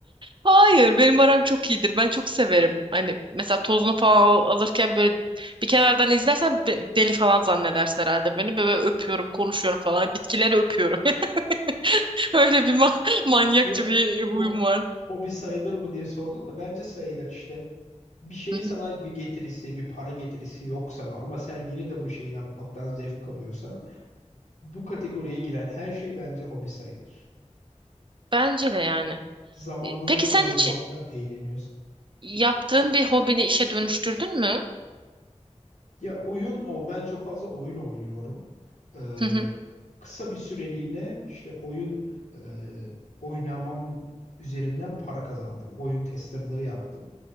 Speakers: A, on the right; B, on the left.
A: Hayır, benim aram çok iyidir. Ben çok severim. Hani mesela tozunu falan al- alırken böyle bir kenardan izlersen ben- deli falan zannedersin herhalde beni. Böyle öpüyorum, konuşuyorum falan. Bitkileri öpüyorum. <laughs> Öyle bir ma <laughs> manyakça
B: Ya
A: bir
B: bu
A: huyum var.
B: hobi sayılır mı diye sordun da bence sayılır işte. Bir şeyin
A: Hı
B: sana
A: hı.
B: bir getirisi, bir para getirisi yoksa ve- ama sen yine de bu şeyi yapmaktan zevk alıyorsan bu kategoriye giren her şey bence hobi sayılır.
A: Bence de yani.
B: Zamanını
A: E, Peki
B: ayırmaktan
A: sen hiç
B: eğleniyorsun.
A: yaptığın bir hobini işe dönüştürdün mü?
B: Ya oyun o. Ben çok fazla oyun oynuyorum. Ee,
A: Hı hı.
B: kısa bir süreliğine işte oyun e, oynamam üzerinden para kazandım. Oyun testerlığı yaptım.